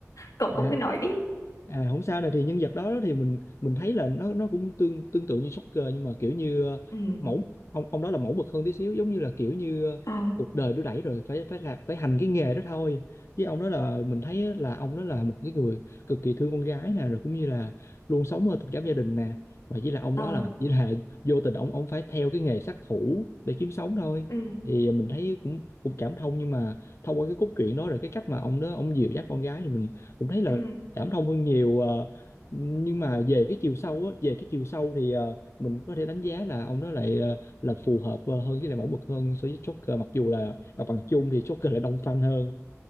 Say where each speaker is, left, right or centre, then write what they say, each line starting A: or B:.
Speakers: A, on the left; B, on the left.
A: cậu
B: à,
A: cậu cứ nói đi
B: À không sao này thì nhân vật đó thì mình mình thấy là nó nó cũng tương tương tự như Joker nhưng mà kiểu như ờ,
A: ừ
B: mẫu ông ông đó là mẫu mực hơn tí xíu giống như là kiểu như ờ,
A: ờ
B: cuộc đời đưa đẩy rồi phải phải làm phải hành cái nghề đó thôi với ông đó là mình thấy là ông đó là một cái người cực kỳ thương con gái nè rồi cũng như là luôn sống ở tình cảm gia đình nè mà chỉ là ông
A: ờ
B: đó là chỉ là vô tình ông ông phải theo cái nghề sát thủ để kiếm sống thôi
A: ừ
B: thì mình thấy cũng cũng cảm thông nhưng mà thông qua cái cốt truyện đó rồi cái cách mà ông đó ông dìu dắt con gái thì mình cũng thấy là
A: ừ
B: cảm thông hơn nhiều ờ, nhưng mà về cái chiều sâu á về cái chiều sâu thì ờ, mình có thể đánh giá là ông đó lại ờ, là phù hợp ờ, hơn với lại mẫu mực hơn so với Joker mặc dù là mặt bằng chung thì Joker lại đông fan hơn